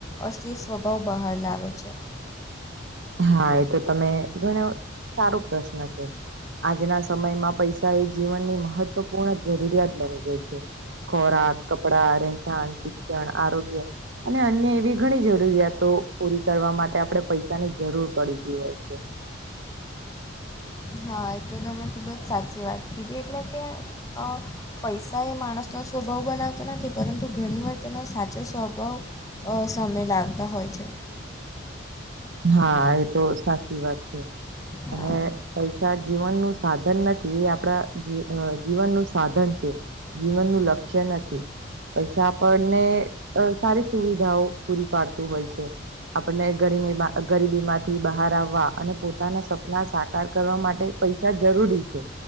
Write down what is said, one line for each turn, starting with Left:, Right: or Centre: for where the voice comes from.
Left: અશલી સ્વભાવ બહાર લાવે છે.
Right: હા એ તો તમે ઘણો સારો પ્રશ્ન છે આજના સમયમાં પૈસા એ જીવનની મહત્વપૂર્ણ જરૂરિયાત બની જાય છે. ખોરાક કપડા રહેઠાણ શિક્ષણ આરોગ્ય અને અન્ય એવી ઘણી જરૂરિયાતો પૂરી કરવા માટે આપણે પૈસાની જરૂર પડતી હોય છે.
Left: હા એ તો તમે ખૂબ જ સાચી વાત કીધી એટલે કે અ પૈસા એ માણસનો સ્વભાવ બનાવતા નથી પરંતુ ઘણી વાર- તેનો સાચો સ્વભાવ સામે લાવતા હોય છે.
Right: હા એ તો સાચી વાત છે અને
Left: હા
Right: એ પૈસા જીવનનું સાધન નથી એ આપણા જીવનનું સાધન છે. જીવનનુ લક્ષ્ય નથી. પૈસા આપણને સારી સુવિધાઓ પૂરી પાડતું હોય છે. આપણને ગરમી માં ગરીબીમાંથી બહાર આવવા અને પોતાના સપના સાકાર કરવા માટે પૈસા જરૂરી છે.